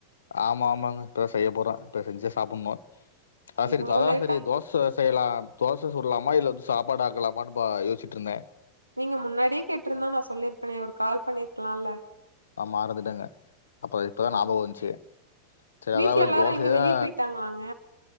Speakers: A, on the left (about 65°); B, on the right (about 85°).
A: ஆமா ஆமாங்க இப்பதா செய்ய போறோ இப்ப செஞ்சா சாப்பணு அத
B: இவ்ளோ
A: செரி அதா
B: லேட்டா
A: செரி தோச செய்யலாம் தோச சுடலாமா இல்ல வந்து சாப்பாடு ஆக்கலாமான்னு பா யோசிட்ருந்தே
B: நீங்க முன்னாடியே கேட்ருந்தா நா சொல்லிருப்பேன ஒரு கால் பண்ணிருக்லாம்லா
A: ஆ மறந்துட்டங்க அப்பறோ இப்பதா
B: ஆ
A: ஞாபகம் வந்த்ச்சு செர்
B: வீட்ல
A: அதாவத்
B: எல்லாரு
A: தோசய
B: எங்க
A: தா
B: வெளிய போயிட்டாங்களாங்க